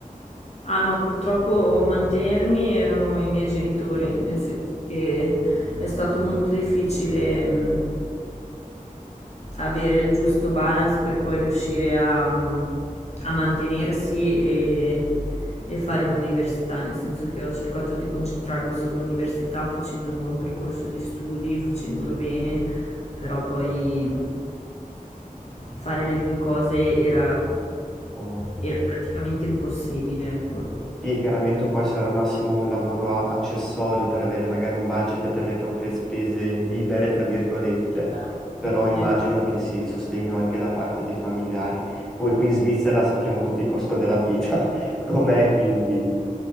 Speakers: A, on the left; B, in the centre.
A: Ah no, purtroppo mantenermi erano i miei genitori,
B: Eh, un
A: nel senso che è stato molto difficile, mh, avere il giusto balance per poi riuscire a, mh, a mantenersi e, e fare l'università, nel senso che ho cercato di concentrarmi sull'università facendo un buon percorso di studi, facendolo bene, però poi fare le due cose era,
B: po'
A: era praticamente impossibile, ecco.
B: Sì, chiaramente può essere al massimo un lavoro a- accessorio per avere magari un budget per le proprie spese libere, tra virgolette,
A: Esatto,
B: però immagino
A: esa
B: che sì, il sostegno anche da parte dei familiari. Poi qui in Svizzera sappiamo tutto il costo della vita, <laughs> com'è, quindi...